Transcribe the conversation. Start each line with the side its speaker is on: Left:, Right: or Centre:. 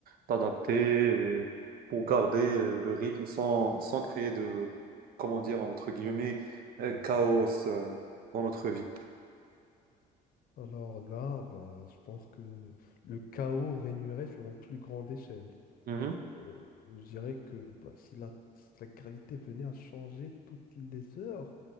Right: t'adapter et pour garder euh, le rythme sans, sans créer de, comment dire, entre guillemets, euh, chaos euh, dans notre vie?
Left: Alors là, bah, je pense que le chaos régnerait sur une plus grande échelle.
Right: Mhm.
Left: Euh, je dirais que bah, si la, si la gravité venait à changer toutes les heures,